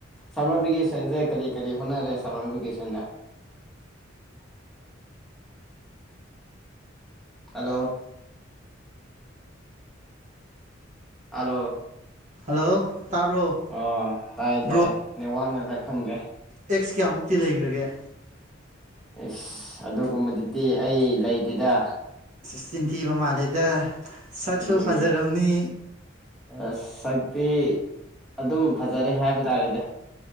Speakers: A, in the centre; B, on the right.
A: ꯁꯝꯃꯔ ꯚꯦꯀꯦꯁꯟꯁꯦ ꯀꯔꯤ ꯀꯔꯤ ꯍꯣꯠꯅꯔꯦ ꯁꯔꯃꯔ ꯚꯦꯀꯦꯁꯟꯗ <unintelligible> ꯍꯂꯣ ꯍꯜꯂꯣ
B: ꯍꯜꯂꯣ ꯇꯥꯕ꯭ꯔꯣ
A: ꯑ ꯇꯥꯏ
B: ꯕ꯭ꯔꯣ
A: ꯇꯥꯏ ꯅ ꯋꯥꯅꯔ ꯈꯪꯗꯦ
B: ꯑꯦꯛꯁ ꯀꯌꯥꯃꯨꯛꯇꯤ ꯂꯩꯈ꯭ꯔꯒꯦ
A: ꯑꯁ ꯑꯗꯨꯒꯨꯝꯕꯗꯨꯗꯤ ꯑꯩ ꯂꯩꯗꯦꯗ
B: ꯑ ꯆꯤꯟꯊꯤꯕ ꯃꯥꯜꯂꯦꯗ ꯁꯛꯁꯨ
A: ꯗꯤꯤꯗ
B: ꯐꯖꯔꯝꯅꯤ
A: ꯑ ꯁꯛꯇꯛꯇ ꯑꯗꯨꯝ ꯐꯖꯔꯦ ꯍꯥꯏꯕ ꯇꯥꯔꯦꯗ